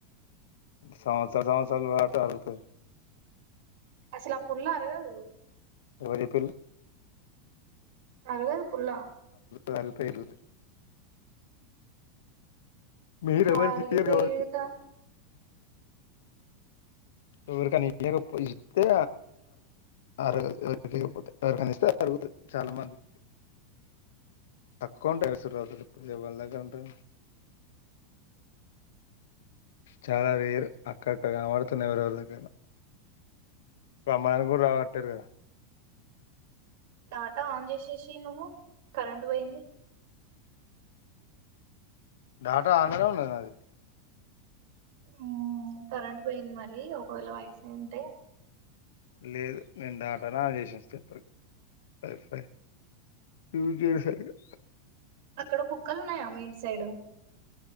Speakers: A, on the left; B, on the right.
A: సంవత్సర సంవసరాలు వాడితే అరుగుతాది
B: అసలు ఆ పుల్ల అరగదు
A: ఎవరు చెప్పిండ్లు
B: అరగదు పుల్ల
A: రాళ్ళతో ఇరుగుతాయి మీరు ఎవరికి
B: ఆ అరిగిపోయి
A: ఇయ్యరు కావచ్చు
B: ఇరుగుత
A: ఎవరికని ఇయ్యాకపోతే అరగదు ఎవరికని ఇస్తే అరుగుత చాలా మంది తక్కువ ఉంటాయి ఇసురాళ్ళు ఇప్పుడు ఎవరి దగ్గర ఉంటాయి చాలా రేర్ అక్కక్కడ కనబాడుతున్నయి ఎవరిఎవరి దగ్గరన్న రమ్మన్నా కూడా రావట్లేరు కదా
B: డాటా ఆన్ చేసేసి నువ్వు కరెంట్ పోయింది
A: డాటా ఆనేలోనే ఉన్నది నాది
B: ఊ కరెంట్ పోయింది మరి ఒకవేళ వాయిస్ ఇంటె
A: లేదు నేను డాటన అని చేసిన సపరేటు సరే సర యూజ్ చేసేసరిగా
B: అక్కడ కుక్కలు ఉన్నాయా మీ ఇంటి సైడ్